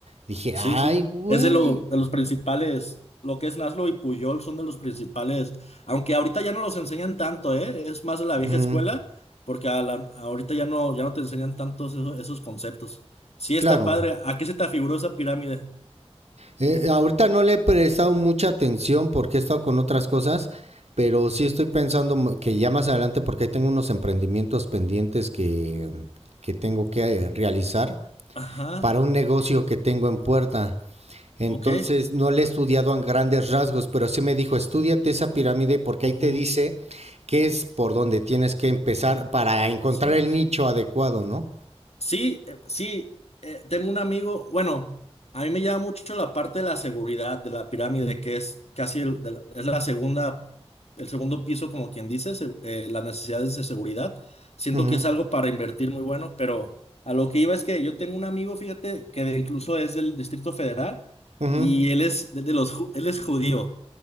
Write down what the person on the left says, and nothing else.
Sí,
sí.
Es de, lo, de los principales, lo que es Naslo y Puyol son de los principales, aunque ahorita ya no los enseñan tanto, ¿eh? Es más de la vieja
escuela, porque a la- ahorita ya no, ya no te enseñan tantos eso- esos conceptos. Sí, está
padre. ¿A qué se te afiguró esa pirámide?
Ajá,
ok.
Ujú,
Así es.
Sí, eh, sí, eh, tengo un amigo, bueno, a mí me llama mucho la parte de la seguridad de la pirámide, que es casi el, de la- es la segunda, el segundo piso, como quien dice, se- eh, las necesidades de seguridad. Siento
que es algo para invertir muy bueno, pero a lo que iba es que yo tengo un amigo, fíjate, que de- incluso es del Distrito Federal
y él es de de los, ju- él es judío.